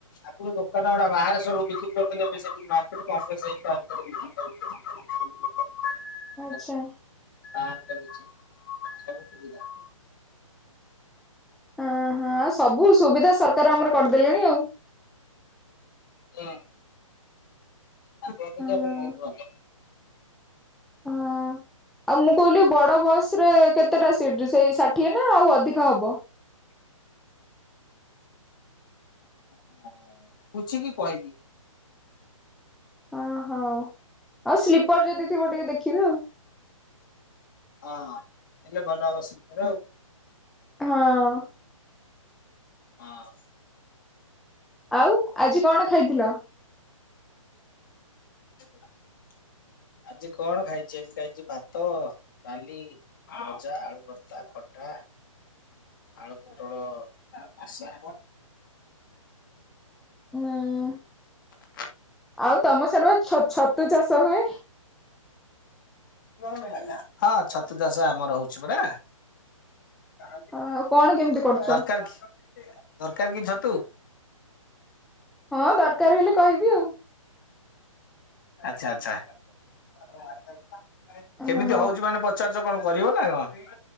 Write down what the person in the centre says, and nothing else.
ଆଚ୍ଛା।
ହଁ ହଁ ସବୁ ସୁବିଧା ସରକାର ଆମର କରିଦେଲେଣି ଆଉ।
ହଁ
ହଁ।
ଆଉ ମୁଁ କହିଲି ବଡ ବସ ରେ କେତେଟା ସିଟ ସେଇ ଷାଠିଏ ନା ଆଉ ଅଧିକ ହବ?
ଓହୋ ଆଉ ସ୍ଲିପର୍ ଯଦି ଥିବ ଟିକେ ଦେଖିବେ ଆଉ।
ହଁ।
ଆଉ ଆଜି କଣ ଖାଇଥିଲ?
ହୁଁ
ଆଉ ତମ ସାଡ଼ୁଆ ଛ ଛତୁ ଚାଷ ହୁଏ?
ଆଉ କଣ କେମିତି କରୁଛ?
ହଁ ଦର୍କାର୍ ହେଲେ କହିବି ଆଉ
ହଁ